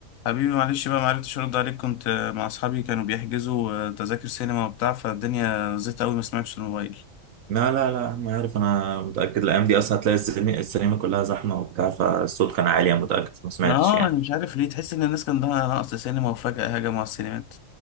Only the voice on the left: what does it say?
حبيبي معلش بقى معرفتش ارد عليك كنت آه، مع اصحابي كانوا بيحجزوا آه، تذاكر سينما وبتاع فالدنيا زيت قوي ما سمعتش الموبايل
اه
انا مش عارف ليه تحس ان الناس كان عندها نقص سينما وفجأة هجموا على السينمات